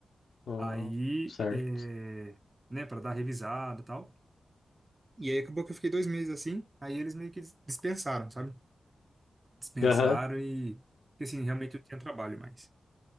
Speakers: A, on the left (about 80°); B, on the right (about 30°).
A: Hum,
B: Aí,
A: certo.
B: é, né, para dar revisada e tal. E aí acabou que eu fiquei dois meses assim, aí eles meio que dis- dispensaram, sabe? Dispensaram
A: Aham,
B: e, porque assim, realmente eu tinha trabalho mais.